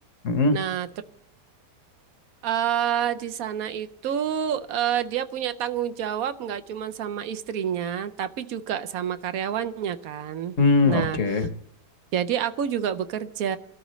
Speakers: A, on the left; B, on the right.
A: Mm-mm.
B: Nah, Eh, di sana itu eh, dia punya tanggung jawab nggak cuma sama istrinya, tapi juga sama karyawannya kan.
A: Hmm,
B: Nah,
A: oke.
B: jadi aku juga bekerja.